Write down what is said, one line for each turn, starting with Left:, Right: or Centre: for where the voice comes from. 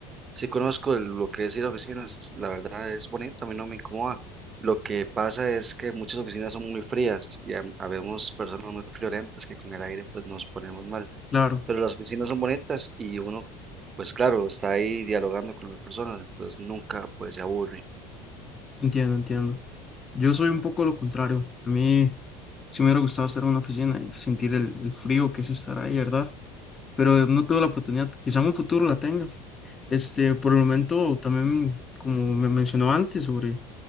Right: Sí conozco el- lo que es ir a oficinas, la verdad es bonito, a mí no me incomoda. Lo que pasa es que muchas oficinas son muy frías y ha- habemos personas muy friolentas que con el aire pues nos ponemos mal.
Left: Claro,
Right: Pero las oficinas son bonitas y uno pues claro, está ahí dialogando con las personas, entonces nunca pues se aburre.
Left: entiendo, entiendo. Yo soy un poco lo contrario. A mí... Sí me hubiera gustado estar en una oficina y sentir el, el frío que es estar ahí, ¿verdad? Pero no tuve la oportunidad, quizá en un futuro la tenga. Este, por el momento, también, como me mencionó antes, sobre